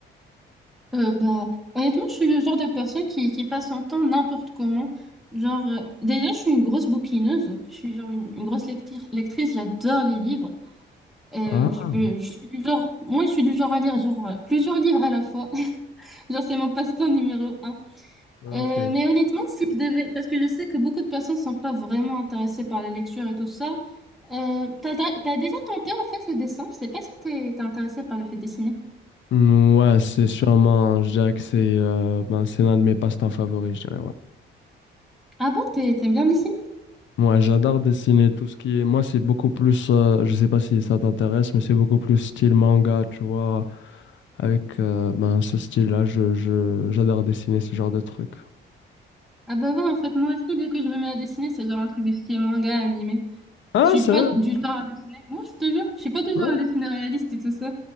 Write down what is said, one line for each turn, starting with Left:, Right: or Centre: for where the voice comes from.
Centre: Euh, bah, honnêtement, je suis le genre de personne qui, qui passe son temps n'importe comment. Genre, euh, déjà, je suis une grosse bouquineuse. Je suis genre une, une grosse lectir- lectrice. J'adore les livres. Euh,
Left: Ah,
Centre: je, peux- je suis du genre, moi, je suis du genre à lire genre euh, plusieurs livres à la fois. <laughs> Genre, c'est mon passe-temps numéro un.
Left: ok.
Centre: Euh, mais honnêtement, si je devais, parce que je sais que beaucoup de personnes sont pas vraiment intéressées par la lecture et tout ça. Euh, t'as, t'as t'as déjà tenté en fait le dessin? Je sais pas si t'es, t'es intéressée par le fait de dessiner.
Left: Mm, Ouais, c'est sûrement, je dirais que c'est euh, ben, c'est l'un de mes passe-temps favoris, je dirais, ouais.
Centre: Ah bon, t'es- t'aimes bien dessiner?
Left: Moi, j'adore dessiner tout ce qui est. Moi, c'est beaucoup plus. euh, je sais pas si ça t'intéresse, mais c'est beaucoup plus style manga, tu vois. Avec euh, ben, ce style-là, je, je, j'adore dessiner ce genre de trucs.
Centre: Ah bah ouais, en fait, moi aussi, dès que je me mets à dessiner, c'est genre un truc du style manga, animé.
Left: Ah,
Centre: Je suis
Left: sérieux?
Centre: pas du genre à dessiner. Moi, je te jure, je suis pas du
Left: Ouais,
Centre: genre à dessiner réaliste et tout ça.